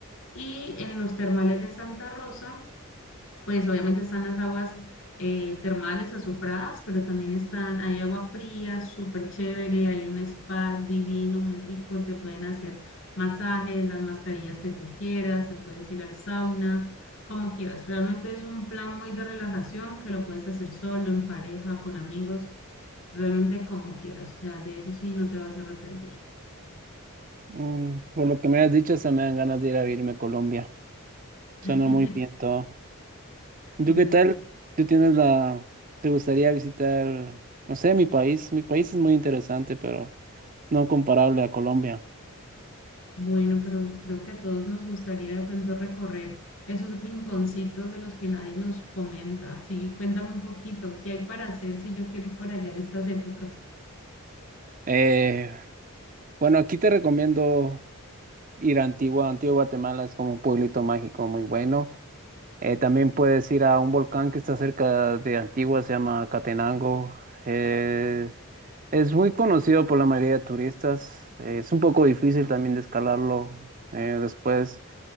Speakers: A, on the left (about 65°); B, on the right (about 40°).
A: Y en los termales de Santa Rosa pues obviamente están las aguas eh, termales azufradas, pero también están, hay agua fría, súper chévere, hay un spa divino, muy rico, te pueden hacer masajes, las mascarillas que tú quieras, te puedes ir al sauna, como quieras. Realmente es un plan muy de relajación que lo puedes hacer solo, en pareja, con amigos, realmente como quieras. O sea, de eso sí no te vas a arrepentir.
B: Mm, por lo que me has dicho, se me dan ganas de ir a irme a Colombia.
A: <laughs>
B: Suena muy bien todo. ¿Y
A: Bueno,
B: tú qué tal?
A: sí.
B: ¿Tú tienes la... ¿Te gustaría visitar, no sé, mi país? Mi país es muy interesante, pero no comparable a Colombia.
A: Bueno, pero creo que a todos nos gustaría de pronto recorrer esos rinconcitos de los que nadie nos comenta. Sí, cuéntame un poquito, ¿qué hay para hacer si yo quiero ir por allá en estas épocas?
B: Eh, bueno, aquí te recomiendo ir a Antigua. Antigua Guatemala es como un pueblito mágico muy bueno. Eh, también puedes ir a un volcán que está cerca de Antigua, se llama Catenango. Es, es muy conocido por la mayoría de turistas. Eh, es un poco difícil también de escalarlo. Eh, después,